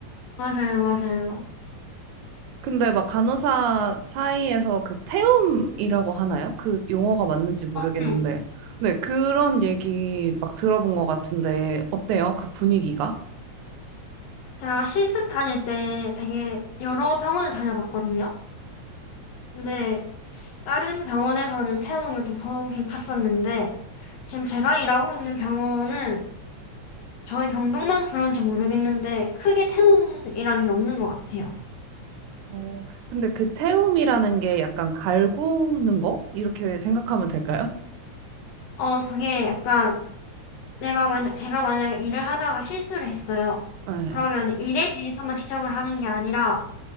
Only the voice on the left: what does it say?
맞아요, 맞아요.
네.
제가 실습 다닐 때 되게 여러 병원을 다녀봤거든요. 근데 다른 병원에서는 태움을 좀 보긴 봤었는데 지금 제가 일하고 있는 병원은 저희 병동만 그런지 모르겠는데 크게 태움이라는 게 없는 것 같아요.
어, 그게 약간 내가 만약 제가 만약에 일을 하다가 실수를 했어요.
그러면 일에 대해서만 지적을 하는 게 아니라